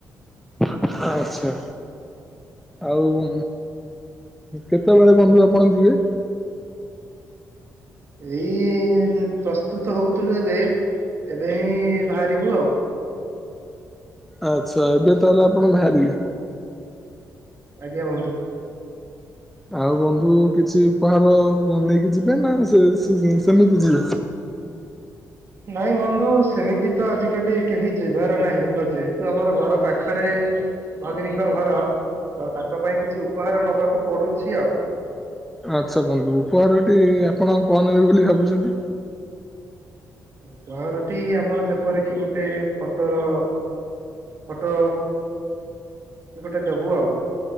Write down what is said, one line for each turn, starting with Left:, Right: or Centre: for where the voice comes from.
Centre: <unintelligible> ଆଛା ଆଉ କେତେବେଳ ବନ୍ଧୁ ଆପଣ ଯିବେ?
Right: ଏଇ ପ୍ରସ୍ତୁତ ହୋଉଥିଲୁ ଏବେ, ଏବେ ହିଁ ବାହାରିବୁ ଆଉ
Centre: ଆଚ୍ଛା ଏବେ ତାଏଲେ ଆପଣ ବାହାରିବେ?
Right: ଆଜ୍ଞା ବନ୍ଧୁ।
Centre: ଆଉ ବନ୍ଧୁ କିଛି ଉପହାର ନେଇକି ଯିବେ ନା, ସେ ସେମିତି ଯିବେ?
Right: ନାଇଁ ବନ୍ଧୁ ସେମିତି ତ ଆଜିକାଲି କେହି ଯିବାର ନାହିଁ, ତ ଯେହେତୁ ଆମର ଘର ପାଖରେ ଭଗିନୀଙ୍କ ଘର, ତାଙ୍କ ପାଇଁ କିଛି ଉପହାର ନବାକୁ ପଡୁଛି ଆଉ।
Centre: ଆଚ୍ଛା ବନ୍ଧୁ ଉପହାରଟି ଆପଣ କଣ ନେବେ ବୋଲି ଭାବୁଚନ୍ତି?
Right: ଉପହାରଟି ଆମର ଯେପରିକି ଗୋଟେ ଫୋଟର ଫଟୋ ଗୋଟେ ଦୋବୁ ଆଉ।